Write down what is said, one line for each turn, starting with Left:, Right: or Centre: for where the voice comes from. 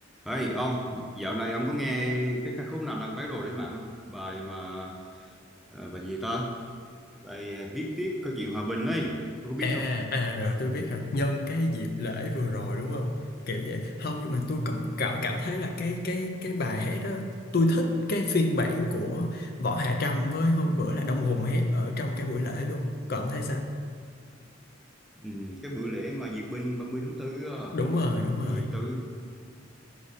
Centre: Ê ông, dạo này ông có nghe cái ca khúc nào đang viral trên mạng không? Bài mà ờ, bài gì ta? Bài ờ, viết tiếp câu chuyện hòa bình ấy, ông có
Left: À,
Centre: biết không?
Left: à à, rồi tôi biết rồi nhân cái dịp lễ vừa rồi đúng không kiểu vậy không nhưng mà tôi cảm cảm cảm thấy là cái cái cái bài hát đó tôi thích cái phiên bản của Võ Hạ Trâm với hôm bữa là Đông Hùng hát ở trong cái buổi lễ luôn còn ông thấy sao
Centre: Ừ, cái bữa lễ mà duyệt binh 30 tháng tư á,
Left: đúng rồi đúng rồi
Centre: thì tôi